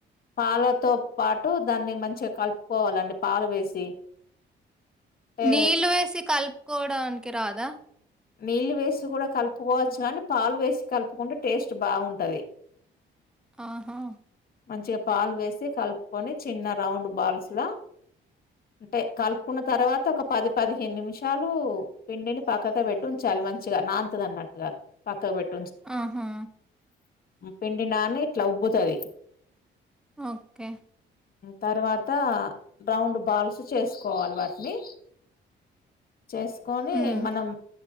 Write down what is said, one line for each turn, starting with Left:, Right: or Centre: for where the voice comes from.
Left: పాలతో పాటు దాన్ని మంచిగా కలుపుకోవాలండి పాలు వేసి అంటే
Centre: నీళ్ళు వేసి కల్ కోవడానికి రాదా
Left: నీళ్ళు వేసి కూడా కలుపుకోవచ్చు కానీ పాలు వేసి కలుపుకుంటే టేస్ట్ బాగుంటది
Centre: ఆహా
Left: మంచిగా పాలు వేసి కలుపుకొని చిన్న రౌండ్ బాల్స్ లా అంటే కలుపుకున్న తర్వాత ఒక పది పదిహేను నిమిషాలు పిండిని పక్కకే పెట్టి ఉంచాలి మంచిగా నాంతది అన్నట్టుగా పక్క పెట్
Centre: ఆహా
Left: పిండినాని ఇట్లా ఉబ్బుతది
Centre: ఓకే
Left: తర్వాత రౌండ్ బాల్స్ చేసుకోవాలి వాటిని చేసుకొని
Centre: హ్మ్.
Left: మనం